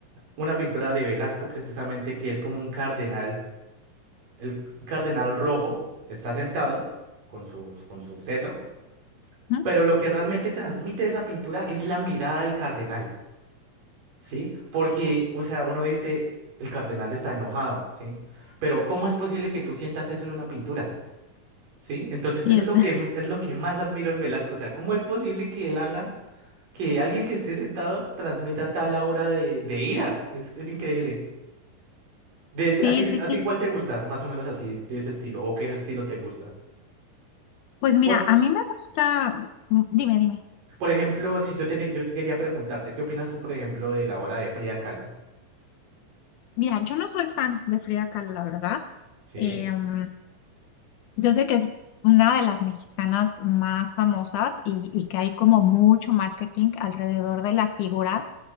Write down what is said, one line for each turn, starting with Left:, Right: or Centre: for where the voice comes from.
Right: una pintura de Velasco precisamente que es como un cardenal, el cardenal rojo está sentado con su, con su cetro
Left: Mm,
Right: pero lo que realmente transmite esa pintura es la mirada del cardenal, ¿sí? Porque, o sea, uno dice, el cardenal está enojado, ¿sí? Pero ¿cómo es posible que tú sientas eso en una pintura? ¿Sí? Entonces,
Left: y
Right: eso es
Left: es-
Right: lo
Left: <laughs>
Right: que m- es lo que más admiro en Velasco, o sea, ¿cómo es posible que él haga que alguien que esté sentado transmita tal aura de, de ira? Es, es increíble. De,
Left: Sí,
Right: de- ¿a ti, te-
Left: sí,
Right: a ti
Left: sí.
Right: cuál te gusta? Más o menos así, de ese estilo, o qué estilo te gusta.
Left: Pues mira,
Right: Por,
Left: a mí me gusta, mm, dime, dime.
Right: por ejemplo, si yo, te, yo te quería preguntarte, ¿qué opinas tú, por ejemplo, de la obra de Frida Kahlo?
Left: Mira, yo no soy fan de Frida Kahlo, la verdad.
Right: Sí.
Left: Eh, mm, yo sé que es una de las mexicanas más famosas y, y que hay como mucho marketing alrededor de la figura